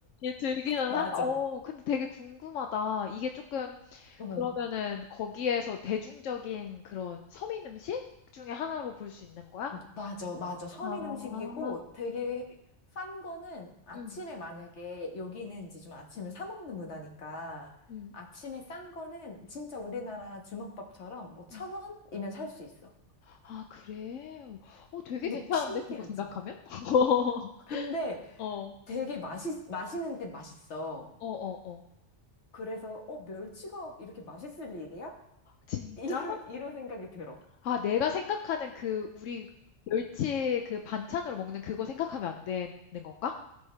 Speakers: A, on the left; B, on the left.
A: 들기는
B: 맞아.
A: 한 어 근데 되게 궁금하다. 이게 조금
B: 어.
A: 그러면은 거기에서 대중적인 그런 서민 음식 중에 하나로 볼 수 있는 거야?
B: 맞아, 맞아. 서민
A: 아.
B: 음식이고 되게 싼 거는 아침에
A: 음.
B: 만약에 여기는 이제 좀 아침을 사 먹는 문화니까
A: 음.
B: 아침에 싼 거는 진짜 우리나라 주먹밥처럼 뭐 천
A: 음.
B: 원이면 살 수 있어.
A: 아 그래? 어 되게
B: 근데
A: 괜찮은데
B: 신기하지?
A: 그거 생각하면? <laughs>
B: 근데
A: 어.
B: 되게 맛있, 맛있는 데 맛있어.
A: 어어어.
B: 그래서 어, 멸치가 이렇게 맛있을 일이야?
A: 진짜?
B: 이럴, 이런 생각이 들어.
A: 아, 내가 생각하는 그 우리 멸치 그 반찬으로 먹는 그거 생각하면 안 되는 건가?